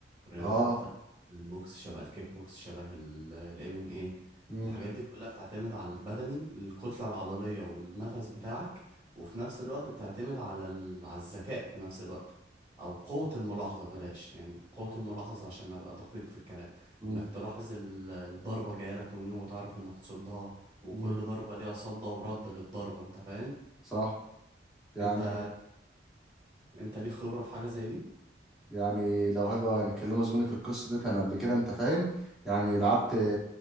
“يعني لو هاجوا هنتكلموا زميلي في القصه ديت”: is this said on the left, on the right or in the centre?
Centre